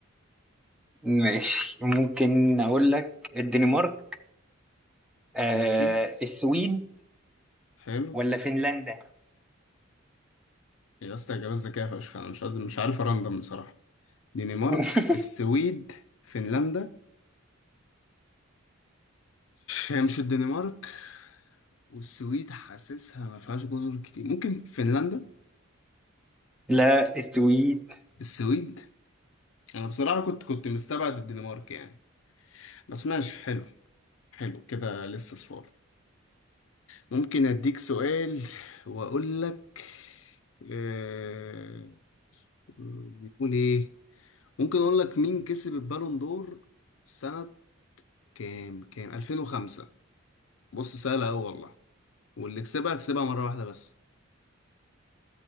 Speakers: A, in the centre; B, on the left (about 70°).
A: ماشي ممكن أقول لك الدنمارك آه...
B: ماشي
A: السويد
B: حلو
A: ولا فنلندا؟
B: يا اسطى اجابات ذكيه فشخ انا مش قادر مش عارف ارندم بصراحه دنمارك
A: <laughs>
B: السويد فنلندا هي مش الدنمارك والسويد حاسسها ما فيهاش جزر كتير ممكن فنلندا
A: لا السويد
B: السويد انا بصراحه كنت كنت مستبعد الدنمارك يعني بس ماشي حلو حلو كده لسه صفار ممكن اديك سؤال واقول لك آه، نقول ايه ممكن اقول لك مين كسب البالون دور سنة كام كام 2005 بص سهلة أوي والله واللي كسبها كسبها مرة واحدة بس